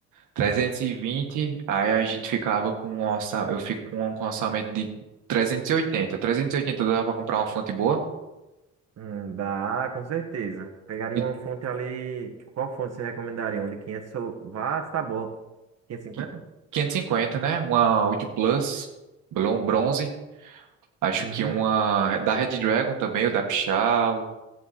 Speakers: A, on the right; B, on the right.
A: 320. aí a gente ficava com um orçamento, eu fico com um orçamento de trezentos Trezentos e oitenta. trezentos e oitenta dá pra comprar uma fonte boa,
B: Hum, dá, com certeza. Pegaria
A: de
B: uma fonte ali. Qual fonte você recomendaria? Uma de quinhentos watts, tá bom. 550?
A: qui- 550, né? Uma 8 Plus, blon- bronze. Acho
B: Uhum.
A: que uma da Red Dragon também, o da Pichau,